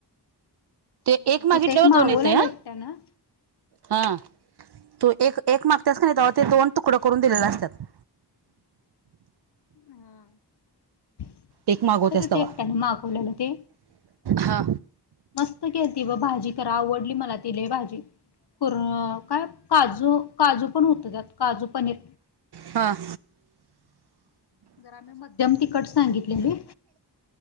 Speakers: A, on the right; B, on the left.
A: ते
B: हा
A: एक मागितल्यावर
B: तिथे मागवलेलं
A: दोन येतया
B: एकट्यानं
A: हा तू एक एक मागत्यास का नाही ते्हा ते दोन तुकडे करून दिलेलं असत्यात
B: हा
A: एक
B: बघितलं
A: मागवत्यास
B: का
A: तवा
B: ते एकट्याने मागवलेला ते?
A: हा
B: मस्त केलती व भाजी तर आवडली मला ति लयं भाजी र काय काजू काजू पण होत त्यात काजू पनीर
A: हां
B: जराम्ही मध्यम तिकट सांगितलेली